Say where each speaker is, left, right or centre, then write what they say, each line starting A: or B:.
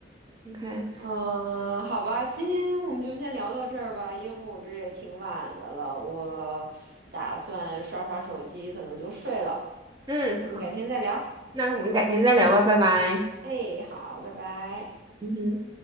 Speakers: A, on the right (about 25°); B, on the right (about 55°).
A: ，OK，
B: 嗯，好吧，今天我们就先聊到这儿吧，因为我这也挺晚的了，我打算刷刷手机，可能就睡了。
A: 嗯，
B: 咱们改天再聊。
A: 好，那我们改天再聊吧，拜拜。
B: 哎，好，拜拜。
A: 嗯哼。